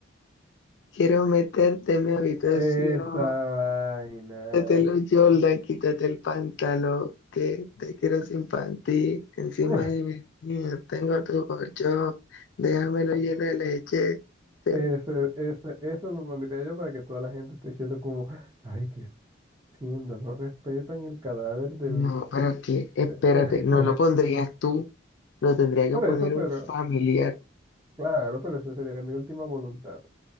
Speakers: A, on the left; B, on the right.
A: Quiero meterte en mi habitación.
B: Esa vaina.
A: Quítate los Jordan, quítate el pantalón, que te quiero sin panty, encima
B: <laughs>
A: de mi niña tengo tu colchón, déjamelo lleno de leche. Te-
B: ese ese eso lo pondría yo para que toda la gente esté diciendo como, ay, ¿qué está haciendo? No respetan el cadáver del...
A: No, pero que, espérate,
B: <laughs>
A: no lo pondrías tú, lo tendría que
B: Por
A: poner
B: eso, pero,
A: un familiar.
B: claro, pero esa sería mi última voluntad,